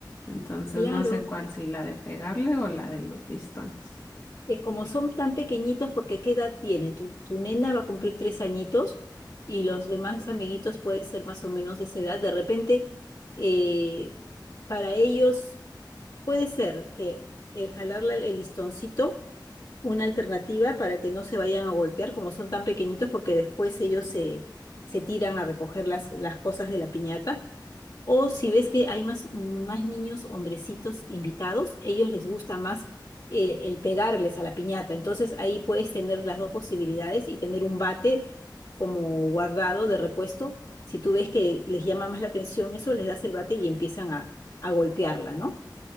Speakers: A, on the left (about 30°); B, on the left (about 55°).
A: Entonces
B: Claro,
A: no sé cuál, si la de pegarle o la de los listones.
B: eh, como son tan pequeñitos, porque ¿qué edad tienen? Tu, tu nena va a cumplir tres añitos y los demás
A: Sí.
B: amiguitos pueden ser más o menos de esa edad. De repente, eh, para ellos puede ser que el jalarle el listoncito, una alternativa para que no se vayan a golpear, como son tan pequeñitos, porque después ellos se, se tiran a recoger las, las cosas de la piñata. O si ves que hay más, más niños, hombrecitos invitados, ellos les gusta más eh, el pegarles a la piñata. Entonces ahí puedes tener las dos posibilidades y tener un bate como guardado de repuesto. Si tú ves que les llama más la atención eso, les das el bate y empiezan a, a golpearla, ¿no?